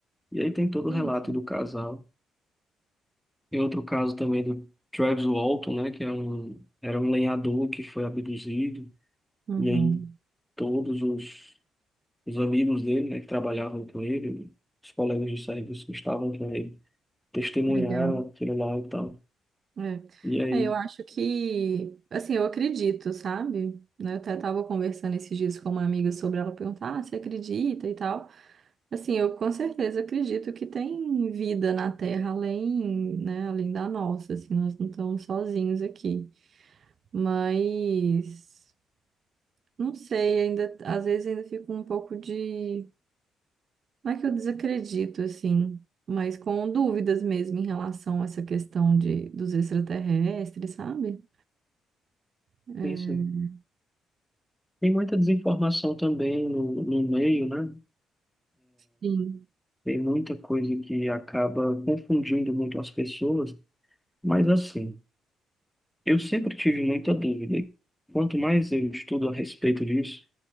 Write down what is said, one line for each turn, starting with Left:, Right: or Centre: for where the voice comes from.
Centre: E aí tem todo
Right: É
Centre: o relato
Right: isso.
Centre: do casal. E outro caso também do Travis Walton, né, que é um, era um lenhador que foi abduzido.
Right: Uhum.
Centre: E aí todos os, os amigos dele, né, que trabalhavam com ele, os colegas de serviço que estavam com ele, testemunharam
Right: Legal.
Centre: aquilo lá e tal.
Right: É.
Centre: E aí,
Right: É, eu acho que, assim, eu acredito, sabe? Né, Eu até estava conversando esses dias com uma amiga sobre ela perguntar, ah, você acredita e tal. Assim, eu com certeza acredito que tem vida na Terra além, né, além da nossa, assim, nós não estamos sozinhos aqui. Mas não sei, ainda às vezes ainda fico um pouco de, não é que eu desacredito assim, mas com dúvidas mesmo em relação a essa questão de dos extraterrestres, sabe? É,
Centre: isso. Tem muita desinformação também no, no meio, né?
Right: sim.
Centre: Tem muita coisa que acaba confundindo muito as pessoas, mas assim, eu sempre tive muita dúvida. E Quanto mais eu estudo a respeito disso,